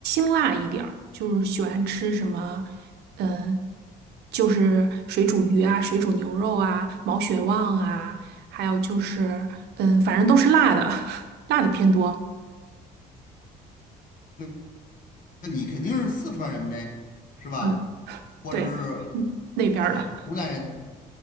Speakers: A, on the right; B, on the left.
A: 辛辣一点儿，就是喜欢吃什么，嗯，就是水煮鱼啊、水煮牛肉啊、毛血旺啊，还有就是，嗯，反正都是辣的，<laughs> 辣的偏多。
B: 那那你肯定是四川人呗，是吧？
A: 嗯，
B: 或者是
A: 对，嗯，那边儿的，
B: 呃湖南人